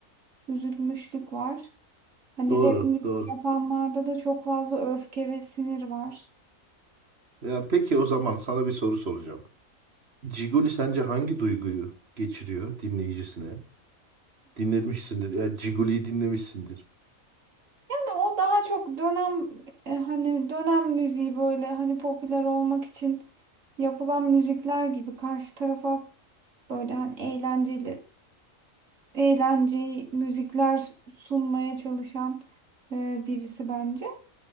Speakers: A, on the right (about 65°); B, on the right (about 50°).
A: üzülmüşlük var. Hani
B: Doğru,
A: rap müzik
B: doğru.
A: yapanlarda da çok fazla öfke ve sinir var.
B: Ya peki o zaman sana bir soru soracağım. Ciguli sence hangi duyguyu geçiriyor dinleyicisine? Dinlemişsindir. Ya Ciguli'yi dinlemişsindir.
A: Yani o daha çok dönem e, hani dönem müziği böyle hani popüler olmak için yapılan müzikler gibi karşı tarafa böyle hani eğlenceli eğlenceyi müzikler sunmaya çalışan e, birisi bence.